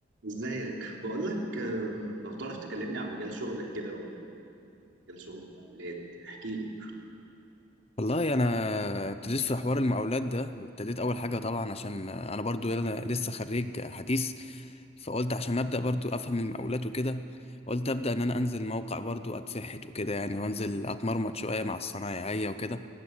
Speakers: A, on the right (about 70°); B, on the left (about 30°).
A: ازيك بقول لك لو تعرف تكلمني عن مجال شغلك كده ومجال شغل المقاولات احكي لي
B: والله انا ابتديت في حوار المقاولات ده ابتديت اول حاجه طبعا عشان انا برضو انا لسه خريج حديث فقلت عشان ابدا برضو افهم المقاولات وكده قلت ابدا ان انا انزل موقع برضو اتفحت وكده يعني وانزل اتمرمط شويه مع الصنايعيه وكده